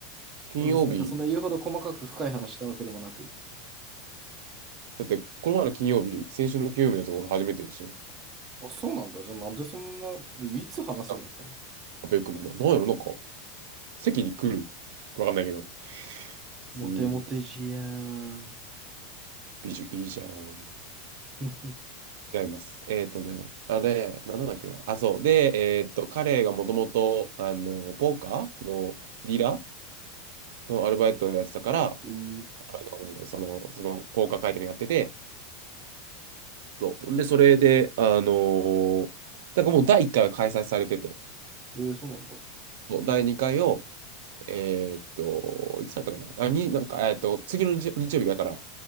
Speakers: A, on the right; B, on the right.
A: 金曜日、
B: 俺別になんかそんな言うほど細かく深い話したわけでもなく。
A: だって、この前の金曜日、先週の金曜日のやつ、俺初めてでしょ。
B: あ、そうなんだ。じゃあなんでそんな、えいつ話すようになったの
A: あ阿部君もな、なんやろ、なんか、席に来る。わかんないけど、スーって、
B: モテモテじやーん。
A: 美女いいじゃん。
B: <laughs>
A: 違います。えっとね、あれ、な、なんだっけな。あ、そう。で、えっと、彼がもともと、あの、ポーカーのディーラーのアルバイトをやってたから、
B: えー、
A: アルバイトかわかんないけどその、その、ポーカー会見をやってて、そう。で、それで、あのーだからもう第一回は開催されてて、
B: えーそうなんだ。
A: そう第二回を、えっと、いつだったかな。あ、に、なんか、えっと、次の日、日曜日だから、